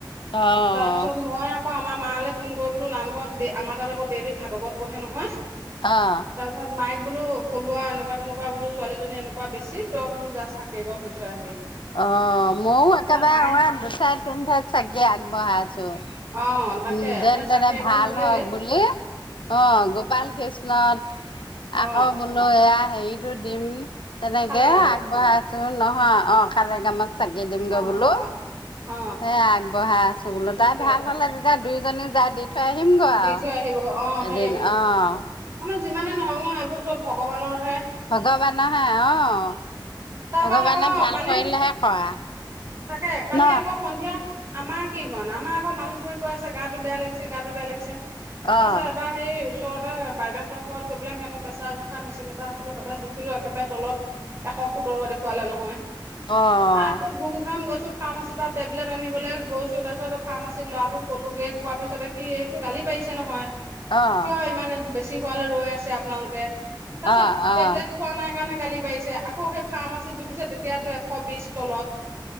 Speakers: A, on the left; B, on the right.
A: অহ,
B: তাৰপিছত মই আকৌ আমাৰ মালৈ ফোন কৰি বোলো নামঘৰত আমাৰ তাত আকৌ ডেইলি ভাগৱত পঢ়ে নহয়।
A: অ
B: তাৰপিছত মাইক বোলো কলো আৰু এনেকুৱা তেনেকুৱা বোলো ছোৱালীজনী এনেকুৱা বেছি তই বোলো জা চাকি এগছ দি থৈ আহগে।
A: অ' মইও
B: তাৰপিছতে
A: একেবাৰে
B: মায়ে
A: অ' দুঠাইত তিনি ঠাইত চাকি আগবঢ়াই আছো।
B: অ তাকে
A: উম, যেন
B: সেই চাকি
A: তেনে
B: এগছ
A: ভাল
B: দিলেগে
A: হওক বুলি অ' গোপাল কৃষ্ণ <unintelligible>
B: অ
A: আকৌ বলো এয়া হেৰিতো দিম তেনেকে
B: খালে কামত
A: আগবঢ়াই টো নহয় অ' <unintelligible> চাগি দিম গৈ
B: অ
A: বোলো
B: অ অ
A: এ আগবঢ়াই আছো বোলো
B: তাকে
A: তাই ভাল হলে তেতিয়া দুই জনী জাই দি থৈ আহিম গে
B: দি
A: আৰু।
B: থৈ আহিবগৈ অ' সেইয়ে
A: এদিন অ',
B: মানে যিমানে নহওঁক ন' এইবোৰ চব ভগৱানৰ হে
A: ভগৱানহে অহ
B: তাৰপা
A: ভগৱানে
B: আকৌ
A: ভাল
B: কালি
A: কৰিলেহে কৰা।
B: তাকে কালি
A: ন
B: আকৌ সন্ধিয়া আমাৰ কি হোৱা নাই আমাৰ আকৌ মানুহতোৱে কৈ আছে গাটো বেয়া লাগিছে গাটো বেয়া লাগিছে তাৰপিছত
A: অ',
B: এবাৰ হে ওচৰতে বাইদেউহৰ ঘৰত গৈ পেলাই সিহঁতৰ পেছাৰ জোখা মেচিন এটা আছে তাতে জুখিলো একোবাৰে তলত এশ সোতৰ দেখুৱালে নহয়।
A: অ'।
B: আকৌ ধুম ধাম গৈছোঁ ফাৰ্মাচীৰ পৰা টেবলেট আনিবলৈ গৈছোঁ তাৰপিছত ফাৰ্মাচী ল'ৰাটো ক'লোঁগৈ কোৱাৰ পিছ সেই এইটো গালি পাৰিছে নহয়
A: অ'।
B: কিয় ইমান বেছি হোৱালৈ ৰৈ আছে আপোনালোকে
A: অ',
B: তাৰপিছত
A: অ',
B: টেবলেট খোৱা নাই কাৰণে গালি পাৰিছে আকৌ সেই ফাৰ্মাচী জুখিছে তেতিয়াতো এশ শ বিশ তলত।